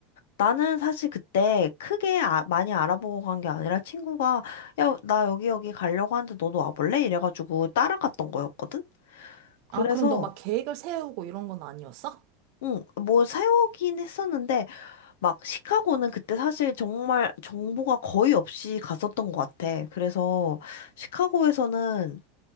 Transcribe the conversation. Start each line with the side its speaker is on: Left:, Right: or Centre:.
Left: 나는 사실 그때 크게 아- 많이 알아보고 간 게 아니라 친구가 야, 나 여기 여기 가려고 하는데 너도 와볼래? 이래가지고 따라갔던 거였거든? 그래서
Right: 아, 그럼 너 막 계획을 세우고 이런 건 아니었어?
Left: 응, 뭐 세우긴 했었는데 막 시카고는 그때 사실 정말 정보가 거의 없이 갔었던 것 같아. 그래서 시카고에서는